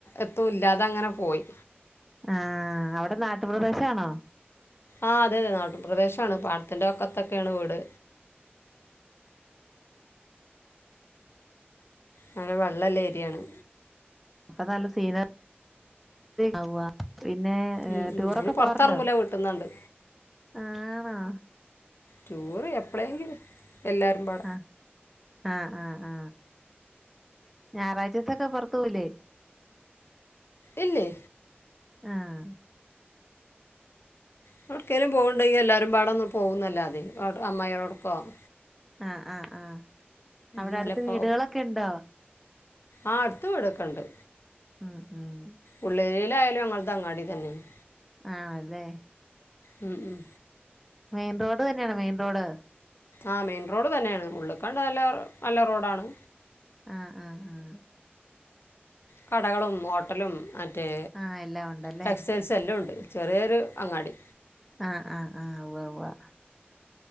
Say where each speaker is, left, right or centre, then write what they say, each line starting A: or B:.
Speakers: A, on the left (about 75°); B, in the centre.
A: ഒറ്റയില്ല അതങ്ങനെ പോയി
B: ആഹ് അവിടെ നാട്ടുപ്രദേശം ആണോ?
A: ആഹ അത് അതെ നാട്ടിൻ പ്രദേശമാണ് പാടത്തിന്റെ വക്കത്തൊക്കെയാണ് വീട്. അങ്ങനെ വെള്ളല്ല ഏരിയാണ്.
B: അതാണ് നല്ല സീന ആവു- പിന്നെ
A: ഉം, ഉം.
B: ടൂറൊക്കെ
A: അതിന് പുറത്തിറങ്ങൂല
B: പോവാറുണ്ടോ
A: വീട്ടിൽ നിന്നുണ്ട്
B: ആണോ-
A: ടൂർ എപ്പളെങ്കിലും എല്ലാവരും പാടെ-
B: ആഹ് ആഹ് ആഹ് ഞായറാഴ്ചക്കൊകെ പുറത്തു പോവുല്ലേ?
A: ഇല്ലേ.
B: ആഹ
A: എവിടക്കേലും പോകുന്നുണ്ടെങ്കിൽ എല്ലാവരും പാടൊന്നും പോകുന്നല്ലാ മതി അമ്മായിയോടൊപ്പം-
B: ആഹ് ആഹ് ആഹ് അവിടെ
A: മുലപ്പം
B: അടുത്ത് വീടുകളൊക്കെ ഉണ്ടോ?
A: ആഹ് അടുത്ത് വീട് ഒക്കെയുണ്ട്.
B: ഉം ഉം
A: ഉള്ളേരിയിൽ ആയാലും ഞങ്ങളുടെ അങ്ങാടി തന്നെയാണ്.
B: ആണല്ലേ.
A: ഉം ഉം.
B: മെയിൻറോഡ് തന്നെയാണ് മെയിൻ റോഡ്.
A: ആ മെയിൻ റോഡ് തന്നെയാണ് ഉള്ളിക്കാണ്ട് നല്ല നല്ല റോഡാണ്.
B: ആഹ് ആഹ് ആഹ്...
A: കടകളും ഹോട്ടലും മറ്റേ
B: ആഹ് എല്ലാം ഉണ്ടല്ലേ
A: കസ്- ല്ലാ ഉണ്ട് ചെറിയൊരു അങ്ങാടി.
B: ആഹ് ആഹ് ആഹ് ഉവാ ഉവാ.